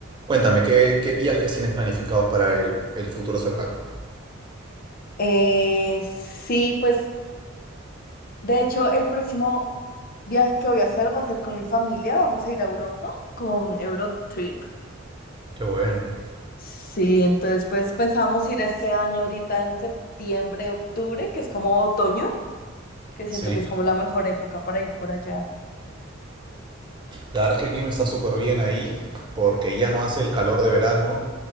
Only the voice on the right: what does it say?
Cuéntame, ¿qué, qué viajes tienes planificados para el, el futuro cercano?
Qué bueno,
sí.
La verdad es que el clima está súper bien ahí porque ya no hace el calor de verano